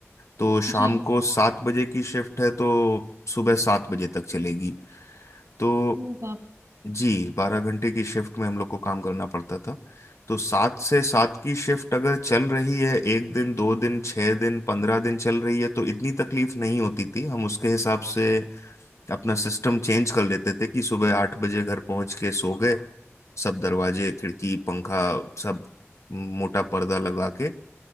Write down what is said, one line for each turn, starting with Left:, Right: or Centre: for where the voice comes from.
Left: तो शाम
Right: जी
Left: को सात बजे की शिफ्ट है तो सुबह सात बजे तक चलेगी तो
Right: ओ
Left: जी बारह घंटे की शिफ्ट में हम लोग को काम करना पड़ता था तो सात से सात
Right: बाप
Left: की शिफ्ट अगर चल रही है एक दिन दो दिन छः दिन पंद्रह दिन चल रही है तो इतनी तकलीफ नहीं होती थी हम उसके हिसाब से अपना सिस्टम चेंज कर लेते थे कि सुबह आठ बजे घर पहुंच के सो गए सब दरवाजे खिड़की पंखा सब मोटा पर्दा लगा के